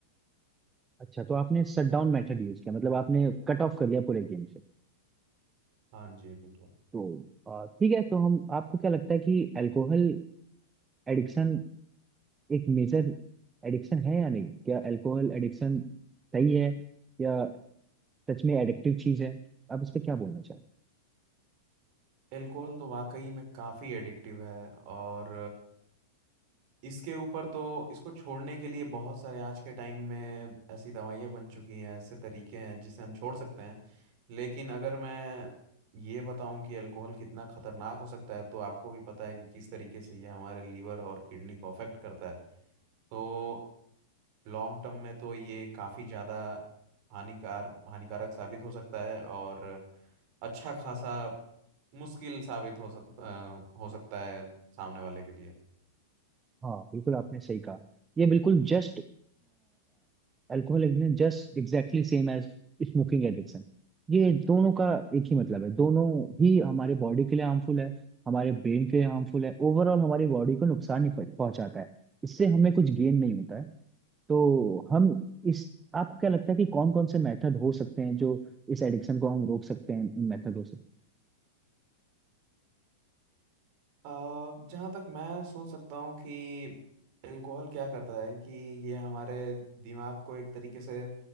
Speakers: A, on the right; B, on the right.
A: अच्छा तो आपने शट डाउन मेथड यूज किया मतलब आपने कट ऑफ कर लिया पूरे गेम से
B: हाँ जी बिल्कुल
A: तो अ, ठीक है तो हम आपको क्या लगता है कि अल्कोहल एडिक्शन एक मेजर एडिक्शन है या नहीं क्या अल्कोहल एडिक्शन सही है या सच में एडिक्टिव चीज है आप इस पे क्या बोलना चाहेंगे
B: एल्कोहल तो वाकई में काफ़ी एडिक्टिव है और इसके ऊपर तो इसको छोड़ने के लिए बहुत सारे आज के टाइम में ऐसी दवाइयाँ बन चुकी हैं ऐसे तरीके हैं जिसे हम छोड़ सकते हैं लेकिन अगर मैं ये बताऊं कि अल्कोहल कितना खतरनाक हो सकता है तो आपको भी पता है कि किस तरीके से ये हमारे लीवर और किडनी को अफेक्ट करता है तो लॉन्ग टर्म में तो ये काफ़ी ज़्यादा हानिकार हानिकारक साबित हो सकता है और अच्छा खासा मुश्किल साबित हो सक, अ, हो सकता है सामने वाले के लिए
A: हाँ बिल्कुल आपने सही कहा ये बिल्कुल just alcohol addiction just exactly same as smoking addiction ये दोनों का एक ही मतलब है दोनों ही हमारे बॉडी के लिए हार्मफुल है हमारे ब्रेन के लिए हार्मफुल है ओवरऑल हमारी बॉडी को नुकसान ही पह- पहुंचाता है इससे हमें कुछ गेन नहीं होता है तो हम इस आपको क्या लगता है कि कौन कौन से मेथड हो सकते हैं जो इस एडिक्शन को हम रोक सकते हैं इन मेथडों से
B: अ, जहाँ तक मैं सोच सकता हूँ कि एल्कोहल क्या करता है कि ये हमारे दिमाग को एक तरीके से